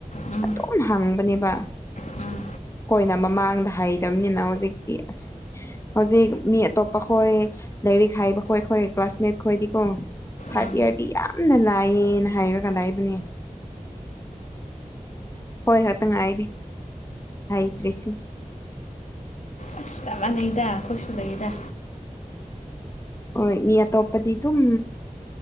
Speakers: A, on the left; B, on the left.
A: ꯎꯝ
B: ꯑꯗꯨꯝ ꯍꯥꯡꯕꯅꯦꯕ
A: ꯎꯝ
B: ꯍꯣꯏꯅ ꯃꯃꯥꯡꯗ ꯍꯥꯏꯩꯗꯕꯅꯤꯅ ꯍꯧꯖꯤꯛꯇꯤ ꯑꯁ ꯍꯧꯖꯤꯛ ꯃꯤ ꯑꯇꯣꯞꯄ ꯈꯣꯏ ꯂꯥꯏꯔꯤꯛ ꯍꯥꯏꯕ ꯈꯣꯏꯈꯣꯏ ꯀ꯭ꯂꯥꯁꯃꯦꯠ ꯈꯣꯏꯗꯤꯀꯣ ꯊꯥꯔꯠ
A: ꯎꯝ
B: ꯏꯌꯥꯔꯗꯤ ꯌꯥꯝꯅ ꯂꯥꯏꯑꯅ ꯍꯥꯏꯔꯒ ꯂꯥꯛꯕꯅꯦ ꯍꯣꯏ ꯈꯇꯪ ꯉꯥꯏꯔꯤꯦ ꯍꯥꯏꯩꯗ꯭ꯔꯤꯁꯤ
A: ꯑꯁ ꯇꯞꯅꯗ ꯑꯩꯈꯣꯏ ꯁꯨꯕꯩꯗ
B: ꯍ ꯃꯤ ꯑꯇꯣꯞꯄꯗꯤ ꯑꯗꯨꯝ